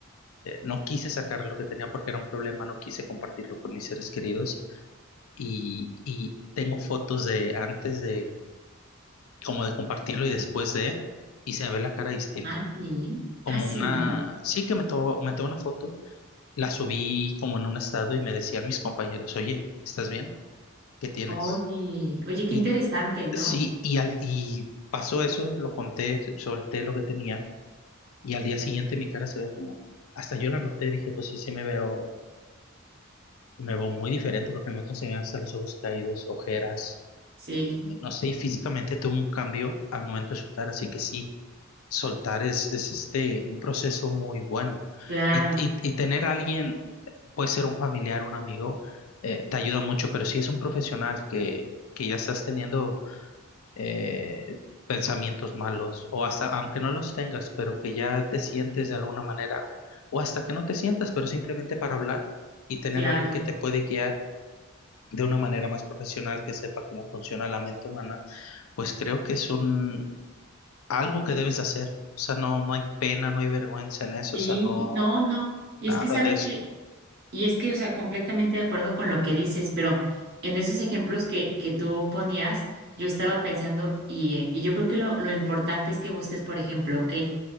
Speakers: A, on the left; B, on the right.
A: eh, no quise sacar lo que tenía porque era un problema, no quise compartirlo con mis seres queridos y, y tengo fotos de antes de, como de compartirlo y después de, y se me ve la cara distinta.
B: Aquí,
A: Como
B: ah, sí,
A: una, sí que me tomó, me tomó una foto, la subí como en un estado y me decían mis compañeros, oye, ¿estás bien? que tienes.
B: oye, oye, qué
A: Y
B: interesante, ¿no?
A: sí, y, al, y pasó eso, lo conté, solté lo que tenía y al día siguiente mi cara se veía como, hasta yo la noté, dije, pues sí, sí me veo, me veo muy diferente porque en otras se me ven hasta los ojos caídos, ojeras,
B: Sí,
A: eh, no sé, y físicamente tuve un cambio al momento de soltar, así que sí, soltar es, es este, un proceso muy bueno.
B: claro,
A: Y, y, y tener a alguien, puede ser un familiar, un amigo, eh, te ayuda mucho, pero si es un profesional que, que ya estás teniendo eh, pensamientos malos, o hasta, aunque no los tengas, pero que ya te sientes de alguna manera, o hasta que no te sientas, pero simplemente para hablar y tener
B: claro.
A: alguien que te puede guiar de una manera más profesional, que sepa cómo funciona la mente humana, pues creo que es un, algo que debes hacer. O sea, no, no hay pena, no hay vergüenza en eso,
B: Sí,
A: o sea, no,
B: no, no, y
A: nada
B: es que sabes
A: de eso.
B: que, y es que, o sea, completamente de acuerdo con lo que dices, pero en esos ejemplos que, que tú ponías, yo estaba pensando, y, eh, y yo creo que lo, lo importante es que busques, por ejemplo, ok,